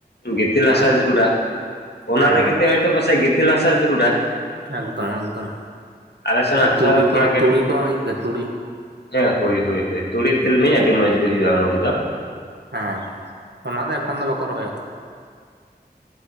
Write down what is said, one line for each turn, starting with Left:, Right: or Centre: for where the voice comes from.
Left: ᱜᱤᱛᱤᱞ
Right: ᱦᱮᱸ
Left: ᱦᱟᱥᱟᱭ ᱡᱟᱹᱨᱩᱲᱟ᱾ ᱚᱱᱟ
Right: ᱦᱮᱸ
Left: ᱞᱟᱹᱜᱤᱫ ᱛᱮ ᱦᱚᱸᱜ ᱛᱮ ᱯᱟᱥᱮᱡ ᱜᱤᱛᱤᱞ ᱦᱟᱥᱟ ᱡᱟᱨᱩᱲᱟ,
Right: ᱮᱠᱫᱚᱢ ᱮᱠᱫᱚᱢ
Left: ᱟᱞᱮ ᱥᱮᱱᱟᱜ ᱦᱟᱥᱟ
Right: ᱛᱩᱲᱤ
Left: ᱫᱚ
Right: ᱠᱚ
Left: ᱛᱷᱚᱲᱟ ᱠᱟᱹᱴ
Right: ᱛᱩᱲᱤ ᱠᱚ ᱵᱟᱝ ᱦᱩᱭᱩᱜ ᱜᱮᱭᱟ ᱛᱩᱲᱤ᱾
Left: ᱦᱮᱸ ᱦᱳᱭ ᱦᱳᱭ ᱦᱳᱭ ᱛᱩᱲᱤ ᱛᱤᱞᱢᱤᱧ ᱟᱹᱰᱤ ᱢᱚᱸᱡᱽ ᱜᱮ ᱦᱩᱭᱩᱜᱼᱟ ᱚᱱᱟ ᱠᱚᱫᱚ᱾
Right: ᱦᱮᱸ ᱚᱱᱟ ᱫᱚ ᱮᱠᱷᱚᱱ ᱫᱚ ᱵᱟᱠᱚ ᱨᱚᱦᱚᱭᱟᱛᱚ᱾